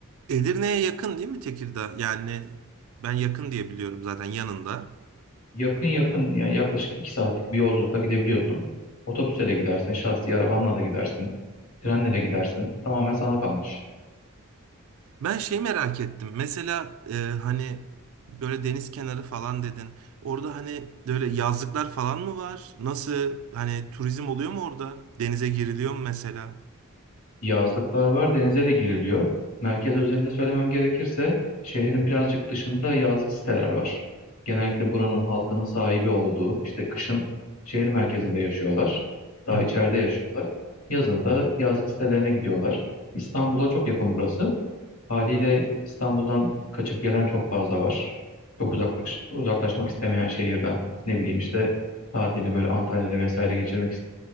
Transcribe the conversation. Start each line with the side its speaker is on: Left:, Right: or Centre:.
Right: Edirne'ye yakın değil mi Tekirdağ? Yani ben yakın diye biliyorum zaten yanında.
Left: Yakın yakın yani yaklaşık 2 saatlik bir yolculukla gidebiliyorsun. Otobüsle de gidersin, şahsi arabanla da gidersin, trenle de gidersin. Tamamen sana kalmış.
Right: Ben şey merak ettim. Mesela e, hani böyle deniz kenarı falan dedin. Orada hani böyle yazlıklar falan mı var? Nasıl hani turizm oluyor mu orada? Denize giriliyor mu mesela?
Left: Yazlıklar var, denize de giriliyor. Merkez özelinde söylemem gerekirse şehrin birazcık dışında yazlık siteler var. Genellikle buranın halkının sahibi olduğu, işte kışın şehir merkezinde yaşıyorlar. Daha
Right: <laughs>
Left: içeride yaşıyorlar. Yazın da yazlık sitelerine gidiyorlar. İstanbul'a çok yakın burası. Haliyle İstanbul'dan kaçıp gelen çok fazla var. Çok uzaklaş, uzaklaşmak istemeyen şehirden. Ne bileyim işte tatilini böyle Antalya'da vesaire geçirmek